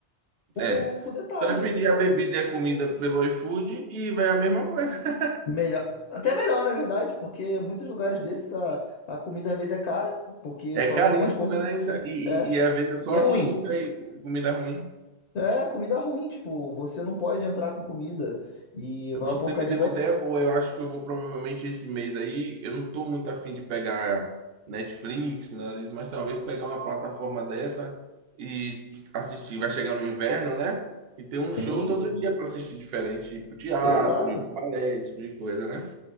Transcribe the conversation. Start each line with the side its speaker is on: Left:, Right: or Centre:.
Left: por,
Right: É.
Left: por detalhe,
Right: Só é pedir
Left: tipo,
Right: a bebida e a comida pelo iFood e vai a mesma conversa.
Left: melhor. Até melhor, na verdade, porque muitos lugares desses a, a comida às vezes é cara, porque
Right: É
Left: só,
Right: caríssima,
Left: só pode consumir.
Right: né? Então, e,
Left: É,
Right: e, e às vezes é só
Left: e é
Right: açúcar
Left: ruim.
Right: e comida ruim.
Left: É, comida ruim, tipo, você não pode entrar com comida e
Right: Você
Left: vai uma porcaria
Right: me deu
Left: igual.
Right: uma ideia boa. Eu acho que eu vou provavelmente esse mês aí. Eu não tô muito afim de pegar Netflix, nada disso, mas talvez pegar uma plataforma dessa e assistir. Vai chegar no inverno, né? E ter um show
Left: Sim,
Right: todo dia para assistir diferente, tipo teatro,
Left: exato.
Right: balé, esse tipo de coisa, né?